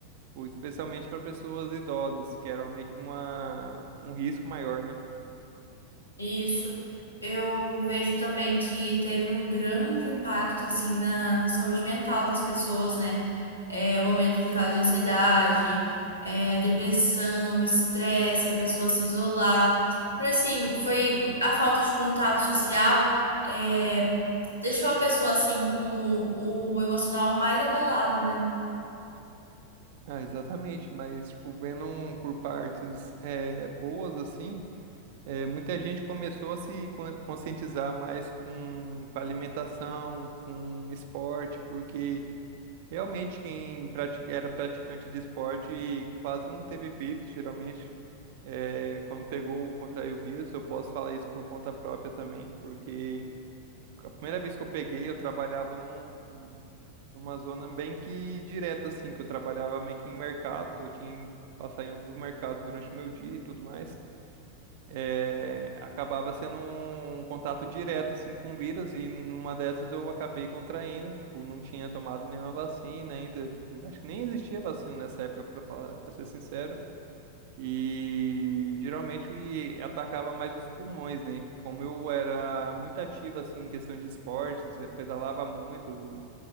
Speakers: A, on the right (about 50°); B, on the left (about 85°).
A: Tipo, especialmente para pessoas idosas, que era meio que uma, um risco maior, né?
B: Isso. Eu vejo também que teve um grande impacto assim na saúde mental das pessoas, né? É, o aumento de casos de ansiedade, é, depressão, estresse, a pessoa se isolar. Por assim, foi a falta de contato social, é, deixou a pessoa assim com o, o emocional mais abalado, né?
A: Ah, exatamente. Mas, tipo, vendo um por partes é, boas, assim. É, muita gente começou a se con- conscientizar mais com, com alimentação, com esporte, porque realmente quem pratica- era praticante de esporte quase não teve efeito, geralmente. É, quando pegou, contraiu o vírus, eu posso falar isso por conta própria também, porque a primeira vez que eu peguei, eu trabalhava num, numa zona bem que direta, assim, que eu trabalhava meio que em mercados, eu tinha que passar em alguns mercados durante o meu dia e tudo mais é, acabava sendo um um contato direto assim com o vírus e numa dessas eu acabei contraindo, tipo, não tinha tomado nenhuma vacina ainda, tipo, acho que nem existia vacina nessa época para falar, para ser sincero. E geralmente e atacava mais os pulmões, né? Como eu era muito ativo assim em questão de esportes, eh, pedalava muito,